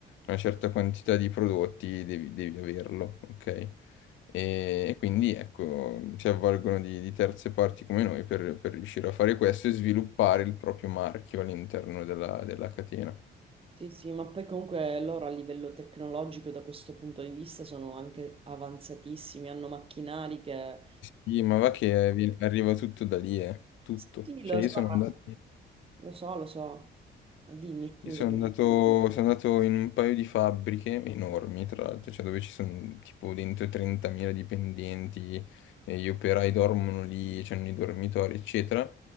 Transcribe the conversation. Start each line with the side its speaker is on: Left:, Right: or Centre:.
Left: una certa quantità di prodotti devi, devi averlo, ok? E quindi ecco, si avvalgono di, di terze parti come noi per, per riuscire a fare questo e sviluppare il proprio marchio all'interno della, della catena.
Right: Sì, sì, ma poi comunque loro a livello tecnologico da questo punto di vista sono anche avanzatissimi, hanno macchinari che...
Left: Sì, ma va che vi- arriva tutto da lì, eh, tutto.
Right: Sì, sì,
Left: Cioè
Right: lo
Left: io
Right: so,
Left: sono andato...
Right: ma- lo so, lo so. Dimmi, scusami.
Left: Io sono andato, sono andato in un paio di fabbriche enormi, tra l'altro, cioè dove ci sono tipo dentro 30.000 dipendenti, e gli operai dormono lì, c'hanno i dormitori, eccetera.